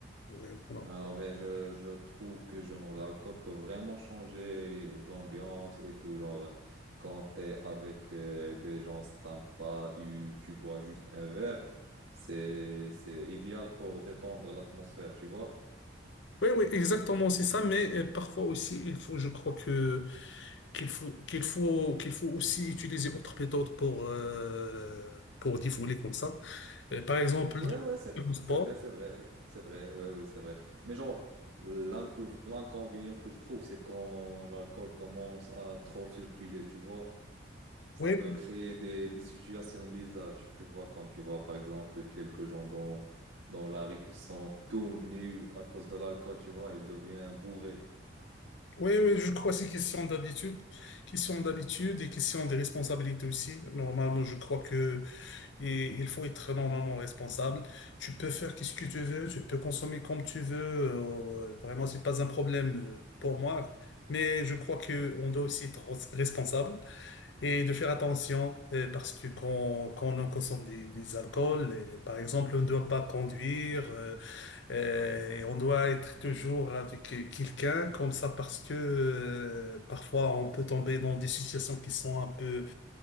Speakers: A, on the left; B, on the right.
A: oui, vraiment.
B: Alors, mais je, je trouve que genre, l'alcool peut vraiment changer l'ambiance et tout. Genre, quand tu es avec euh, des gens sympas et tu bois juste un verre, c'est, c'est idéal pour détendre l'atmosphère, tu vois.
A: Oui, oui, exactement, c'est ça. Mais euh, parfois aussi, il faut, je crois que qu'il faut qu'il faut qu'il faut aussi utiliser autre méthode pour euh, pour défouler comme ça. Euh, par exemple,
B: Ouais, ouais, c'est
A: le sport.
B: c'est vrai, c'est vrai, c'est vrai, ouais, oui, c'est vrai. Mais genre, l'inco- l'inconvénient que je trouve, c'est quand l'alcool commence à trop circuler, tu vois, ça
A: Oui,
B: peut créer des, des situations bizarres, tu vois, comme tu vois, par exemple, quelques gens dans, dans la rue qui sont tout nus à cause de l'alcool, tu vois, ils deviennent bourrés.
A: Oui, oui, je crois que c'est question d'habitude, question d'habitude et question de responsabilité aussi. Normalement, je crois que et- il faut être normalement responsable. Tu peux faire qu'est-ce que tu veux, tu peux consommer comme tu veux. euh, Vraiment, c'est pas un problème euh, pour moi. Mais je crois que on doit aussi être res- responsable et de faire attention euh, parce que quand, quand on consomme des, des alcools, euh, par exemple, on ne doit pas conduire. euh, euh, et on doit être toujours avec quelqu'un comme ça parce que euh, parfois on peut tomber dans des situations qui sont un peu,